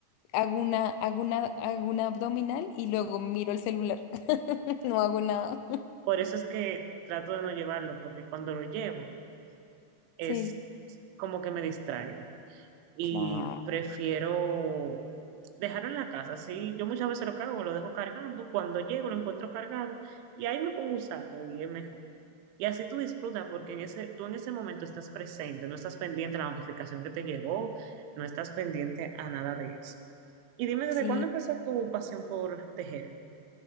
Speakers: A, on the left; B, on the right.
A: hago una, hago una, hago una abdominal y luego miro el celular. <laughs> No hago nada.
B: Por eso es que trato de no llevarlo, porque cuando lo llevo es
A: Sí,
B: como que me distraigo y
A: claro,
B: prefiero dejarlo en la casa. Sí, yo muchas veces lo cargo, lo dejo cargando, cuando llego lo encuentro cargado y ahí me pongo a usarlo y es mejor. Y así tú disfrutas porque en ese, tú en ese momento estás presente, no estás pendiente a la notificación que te llegó, no estás pendiente a nada de eso. Y dime, ¿desde
A: sí.
B: cuándo empezó tu pasión por tejer?